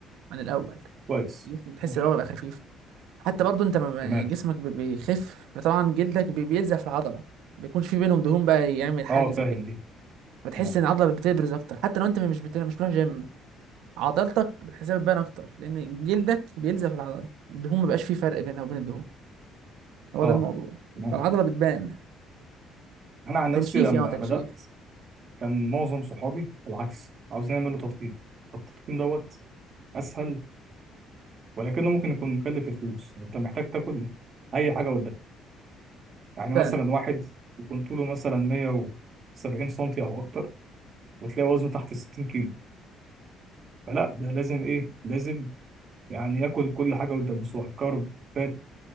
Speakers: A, on the right (about 90°); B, on the right (about 35°).
A: عن الاول
B: كويس
A: الجسم بتحس
B: ماشي
A: ان هو بقى خفيف حتى برضه انت ما-
B: تمام
A: جسمك بي- بيخف فطبعا جلدك بي- بيلزق في العضله بيكونش في بينهم دهون بقى يعمل حاجز
B: أه فاهم
A: وكده
B: دي
A: فتحس
B: تمام
A: ان العضله بتبرز اكتر حتى لو انت مش بت... مش بتروح جيم عضلتك بتحسها بتبان اكتر لان جلدك بينزف العضله الدهون ما بقاش فيه فرق بينها وبين الدهون هو
B: أه
A: ده الموضوع
B: تمام
A: فالعضله بتبان
B: أنا عن نفسي
A: تنشيف
B: لما
A: يا هو تنشيف
B: بدأت كان معظم صحابي بالعكس عاوزين يعملوا تضخيم طب التضخيم دوت أسهل ولكنه ممكن يكون مكلف الفلوس يعني أنت محتاج تاكل أي حاجة يعني
A: فعلا
B: مثلا واحد يكون طوله مثلا 170 سنتي او اكتر وتلاقي وزنه تحت ال 60 كيلو فلا ده لازم ايه لازم يعني ياكل كل حاجه قدامه سواء كارب فات